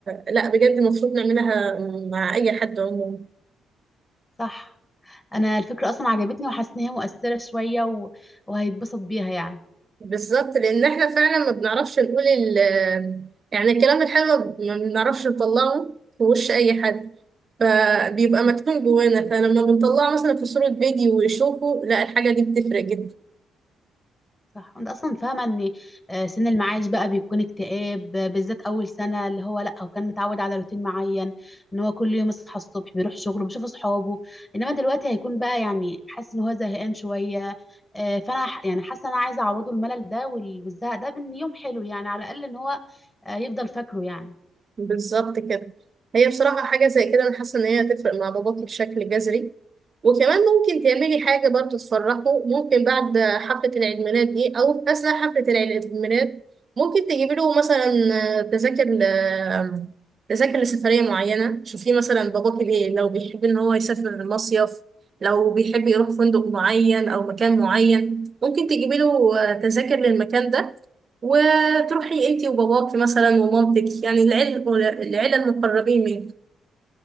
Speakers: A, on the right; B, on the left.
A: لا بجد المفروض نعملها مع اي حد عموما
B: صح انا الفكره اصلا عجبتني وحاسه ان هي مؤثره شويه و... وهيتبسط بيها يعني
A: بالظبط لان احنا فعلا ما بنعرفش نقول ال يعني الكلام الحلو ما بنعرفش نطلعه في وش اي حد فبيبقى
B: مم.
A: مكتوم جوانا فلما بنطلعه مثلا في صورة فيديو ويشوفه لا الحاجة دي بتفرق جدا
B: صح وانت اصلا فاهمه ان آه، سن المعاش بقى بيكون اكتئاب آه، بالذات اول سنه اللي هو لا هو كان متعود على روتين معين ان هو كل يوم يصحى الصبح بيروح شغله بيشوف اصحابه انما دلوقتي هيكون بقى يعني حاسس ان هو زهقان شويه آه، فانا ح- يعني حاسه ان انا عايزه اعوضه الملل ده وال- والزهق ده بان يوم حلو يعني على الاقل ان هو آه، يفضل فاكره يعني
A: بالظبط كده هي بصراحة حاجة زي كده أنا حاسة إن هي هتفرق مع باباكي بشكل جذري وكمان ممكن تعملي حاجة برضو تفرحه ممكن بعد حفلة العيد ميلاد دي أو في أثناء حفلة العيد ميلاد ممكن تجيبي له مثلا تذاكر ل- تذاكر لسفرية معينة شوفيه مثلا باباكي بيه لو بيحب إن هو يسافر مصيف لو بيحب يروح فندق معين أو مكان معين ممكن تجيبي له تذاكر للمكان ده وتروحي انتي وباباكي مثلا ومامتك يعني العيلة العيلة المقربين منك